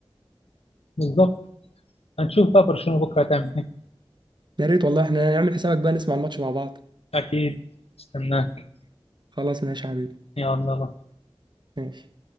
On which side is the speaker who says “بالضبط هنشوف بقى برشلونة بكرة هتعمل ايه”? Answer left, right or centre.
Left